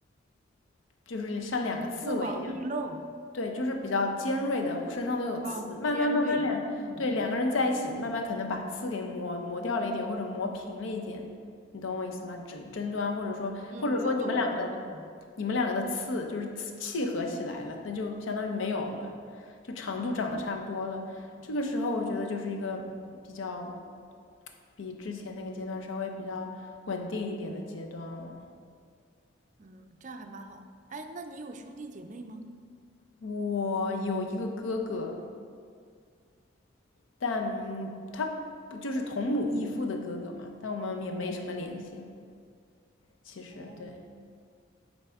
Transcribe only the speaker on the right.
锋芒毕露。
啊，
尖锐，嗯
嗯，
我懂，我懂，我懂。
嗯，这样还蛮好。哎，那你有兄弟姐妹吗？
哦。